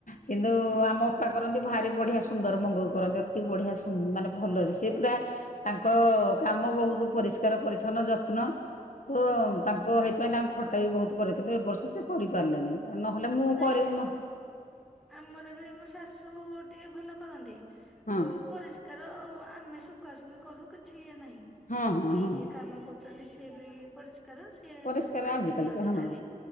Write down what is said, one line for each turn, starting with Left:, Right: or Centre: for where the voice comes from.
Left: କିନ୍ତୁ
Centre: ହୁଁ
Left: ଆମ ଅପା କ କରନ୍ତି ଭାରି ବଢିଆ ସୁନ୍ଦର ମଙ୍ଗକୁ କରନ୍ତି ଅତି ବଢିଆ ସୁ- ମାନେ ଭଲରେ ସି ପୁରା ତାଙ୍କ କାମ ବହୁତ ପରିଷ୍କାର, ପରିଚ୍ଛନ୍ନ, ଯତ୍ନ। ତ
Centre: ହୁଁ
Left: ତାଙ୍କ ହେଇଥିପାଇଁ ତାଙ୍କ ଖଟା ବି ବହୁତ କରିଥିଲେ। କିନ୍ତୁ ଏ ବର୍ଷ ସେ କରିପାରିଲେନି। ନହେଲେ ମୁଁ
Centre: ନାଇଁ
Left: କରେ ମୋହ
Centre: ଆମର ବି ଆମ ଶାଶୁ ଟିକେ ଭଲ କରନ୍ତି
Left: ହଁ
Centre: ଯୋଉ ପରିଷ୍କାର ଆମେ ଶୁଖାଶୁଖି କରୁ କିଛି ଇଏ ନାହିଁ।
Left: ହଁ ହଁ
Centre: ଏଇ
Left: ହଁ
Centre: ଯିଏ କାମ କରୁଛନ୍ତି ସିଏ ବି ପରିଷ କାର ସିଏ
Left: ପରିଷ୍କାର
Centre: କାଟି
Left: ଆଜିକାଲି
Centre: ଦିଅନ୍ତି
Left: ତ ହଁ
Centre: ଖାଲି।